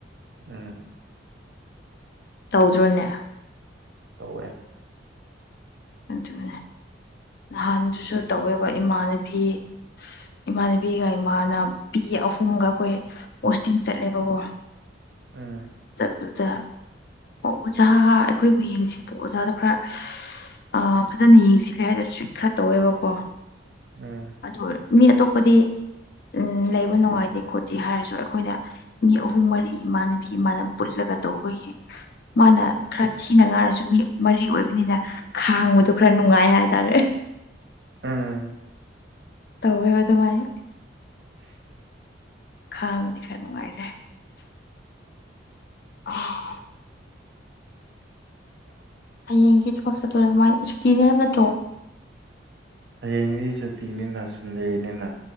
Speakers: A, on the right; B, on the left.
A: ꯎꯝ
B: ꯇꯧꯗ꯭ꯔꯣꯅꯦ
A: ꯇꯧꯋꯦ
B: ꯑꯗꯨꯅꯦ ꯅꯍꯥꯟꯗꯨꯁꯨ ꯇꯧꯋꯦꯕ ꯏꯃꯥꯟꯅꯕꯤ <inaudible> ꯏꯃꯥꯟꯅꯕꯤꯒ ꯏꯃꯥꯅ ꯄꯤ ꯑꯍꯨꯝꯒ ꯑꯩꯈꯣꯏ ꯄꯣꯁꯇꯤꯡ ꯆꯠꯂꯦꯕꯒꯣ
A: ꯎꯝ
B: ꯆꯠꯗꯨꯗ ꯑꯣ ꯑꯣꯖꯥ ꯑꯩꯈꯣꯏꯕꯨ ꯌꯦꯡꯁꯤꯟꯕ ꯑꯣꯖꯥꯗꯣ ꯈꯔ ꯑ ꯐꯖꯅ ꯌꯦꯡꯁꯤꯜꯂꯦ ꯍꯥꯏ ꯏꯁꯇ꯭ꯔꯤꯛ ꯈꯔ ꯇꯧꯋꯦꯕꯀꯣ
A: ꯎꯝ
B: ꯑꯗꯨ ꯑꯣꯏ ꯃꯤ ꯑꯇꯣꯞꯄꯗꯤ ꯎꯝ ꯂꯩꯕ ꯅꯨꯡꯉꯥꯏꯇꯦ ꯈꯣꯠꯇꯦ ꯍꯥꯏꯔꯁꯨ ꯑꯩꯈꯣꯏꯅ ꯃꯤ ꯑꯍꯨꯝ ꯃꯔꯤ ꯏꯃꯥꯟꯅꯕꯤ ꯏꯃꯥꯟꯅꯕ ꯄꯨꯂꯒ ꯒ ꯇꯧꯕꯒꯤ ꯃꯥꯅ ꯈꯔ ꯊꯤꯅ ꯉꯥꯏꯔꯁꯨ ꯃꯤ ꯃꯔꯤ ꯑꯣꯏꯕꯅꯤꯅ ꯈꯥꯡꯕꯗꯣ ꯈꯔ ꯅꯨꯡꯉꯥꯏ ꯍꯥꯏꯇꯥꯔꯦ
A: ꯎꯝ
B: ꯇꯧꯋꯦꯕ ꯗꯨꯃꯥꯥꯏ
A: <inaudible>
B: ꯈꯥꯡꯕꯗꯤ ꯈꯔ ꯅꯨꯡꯉꯥꯏꯔꯦ ꯑꯥ
A: <inaudible>
B: ꯍꯌꯦꯡꯗꯤ ꯊꯕꯛ ꯆꯠꯇꯣꯏꯔꯥ ꯀꯃꯥꯏꯟ ꯁꯨꯇꯤꯅꯦ ꯍꯥꯏꯕ ꯅꯠꯇ꯭ꯔꯣ
A: ꯍꯌꯦꯡꯗꯤ ꯁꯨꯇꯤꯅꯤꯅ ꯁꯨꯟꯗꯦꯅꯤꯅ